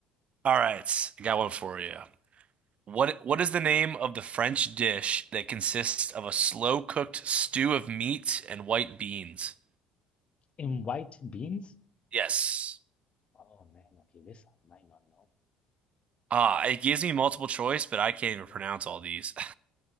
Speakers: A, on the right; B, on the left.
A: All right, I got one for you. What what is the name of the French dish that consists of a slow cooked stew of meat and white beans?
B: in white beans?
A: Yes.
B: Oh man, okay, this I might not know.
A: Ah, it gives me multiple choice, but I can't even
B: Yeah.
A: pronounce all these.